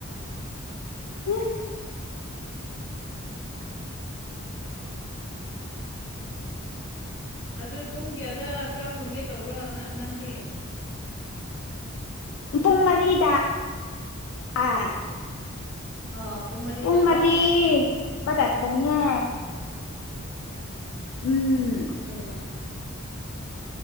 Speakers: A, on the left; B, on the left.
A: ꯎꯝ
B: ꯑꯗꯨ ꯄꯨꯡ ꯀꯌꯥꯗ ꯆꯥꯛ ꯊꯣꯡꯒꯦ ꯇꯧꯕ꯭ꯔ ꯅꯪ ꯅꯪꯗꯤ
A: ꯄꯨꯡ ꯃꯔꯤꯗ ꯑꯥ
B: ꯑ ꯃꯔꯤꯗꯀꯣ
A: ꯄꯨꯡ ꯃꯔꯤ ꯕꯗ ꯊꯣꯡꯉꯦ ꯎꯝ
B: ꯎꯝ